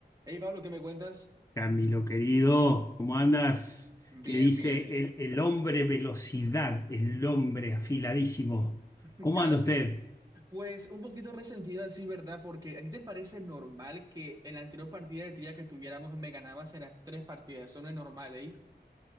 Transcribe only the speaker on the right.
Hey Pablo, ¿qué me cuentas?
Bien,
bien,
<laughs> gracias.
Pues un poquito resentido así, ¿verdad? Porque ¿a ti te parece normal que en la anterior partida de trivia que tuviéramos me ganabas en las tres partidas? Eso no es normal, ¿eh?